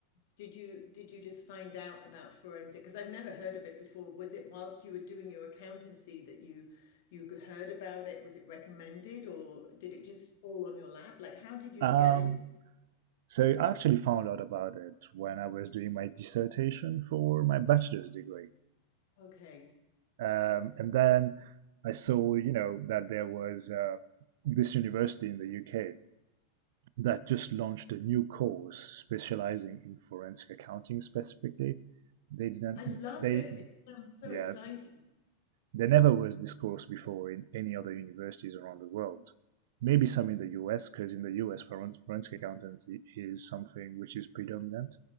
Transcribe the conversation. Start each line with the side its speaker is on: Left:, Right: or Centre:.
Left: did you did you just find out about forensic? Because I've never heard of it before. Was it whilst you were doing your accountancy that you you heard about it? Was it recommended or did it just fall on your lap? Like, how did you
Right: um,
Left: get in?
Right: so I actually found out about it when I was doing my dissertation for my bachelor's degree.
Left: Okay.
Right: Um, and then I saw, you know, that there was uh, this university in the UK that just launched a new course specializing in forensic accounting specifically. They didn't,
Left: I love
Right: they,
Left: it. It sounds so
Right: yeah,
Left: exciting.
Right: there never was this course before in any other universities around the world. Maybe some in the US, because in the US, forensic accountancy is something which is predominant